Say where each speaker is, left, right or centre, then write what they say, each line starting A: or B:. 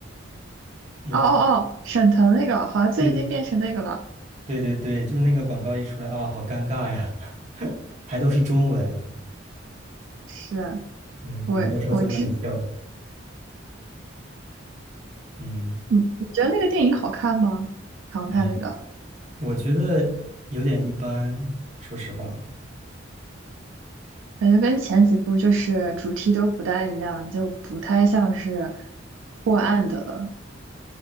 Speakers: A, on the right (about 40°); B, on the right (about 80°).
A: 有
B: 哦哦哦，沈腾那个好像最近变成那个了。
A: 对对对对对，就是那个广告一出来啊，好尴尬呀，<laughs> 还都是中文。
B: 是
A: 嗯，
B: 我我之，
A: 我们教授在那里笑。嗯，
B: 你你觉得那个电影好看吗？唐探那个？
A: 哎，我觉得有点一般，说实话。
B: 感觉跟前几部就是主题都不太一样，就不太像是破案的了。